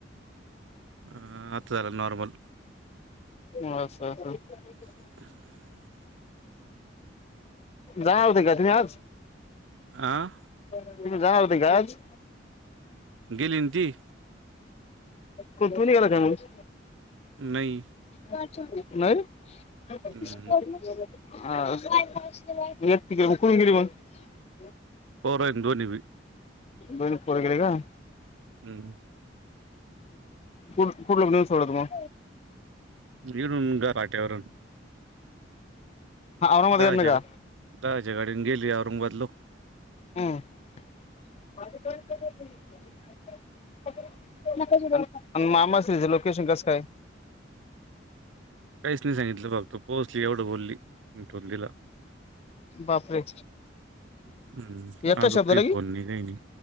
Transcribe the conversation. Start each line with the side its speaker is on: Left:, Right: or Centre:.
Right: आता झाला नॉर्मल.
Left: म असा <unintelligible>
Right: <inaudible>
Left: जा होते का तुम्ही आज.
Right: आं.
Left: तुम्ही जाणार होते का आज.
Right: गेली ना ती
Left: कुणी गेला त्यावेळेस
Right: नई.
Left: नाही <unintelligible>
Right: हम्म.
Left: हा <unintelligible>
Right: पोरं आहे ना दोन्ही बी
Left: दोन पोरगे काय?
Right: हम्म.
Left: कु कुठ <unintelligible> सोड <unintelligible>
Right: इर ऊन घाट्यावरून.
Left: हा औरंगाबादकडनं
Right: दहाच्या,
Left: का
Right: दहाच्या गाडीने गेली औरंगाबादल
Left: हम्म <unintelligible> आणि मामाच हिज लोकेशन कसं काय?
Right: काहीच नाही सांगितलं बघ तू पोहोचली एवढं बोलली आणि ठेवून दिला.
Left: बापरे,
Right: हम्म.
Left: एका
Right: अजून
Left: शब्दला
Right: काही फोन नाही काही नाही